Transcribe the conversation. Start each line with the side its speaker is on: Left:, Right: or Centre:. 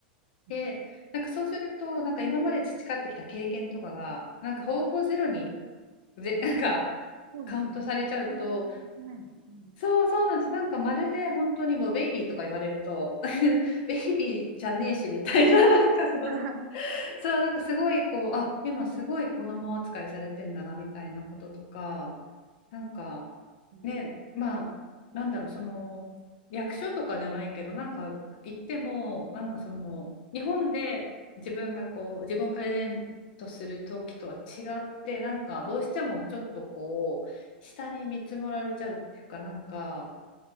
Left: で、
Right: うん
Left: なんかそうすると、なんか今まで培ってきた経験とかが、なんかほぼゼロに、ぜ、<laughs> なんか
Right: そうですね。
Left: カウントされちゃうと、
Right: 通常のできないですね。
Left: そうそうなんです。なんかまるで本当にもうベイビーとか言われると、<laughs> ベイビーじゃねえしみたいな、なんかそう、
Right: <laughs>
Left: <laughs> そう、なんかすごいこう、あ、今すごい子供扱いされてんだなみたいなこととか、なんか
Right: うん
Left: ね、まあ、なんだろう、その、役所とかじゃないけど、なんか行っても、なんかその、日本で自分がこう、自分をプレゼントする時とは違って、なんかどうしてもちょっとこう、下に見積もられちゃうっていうか、なんか、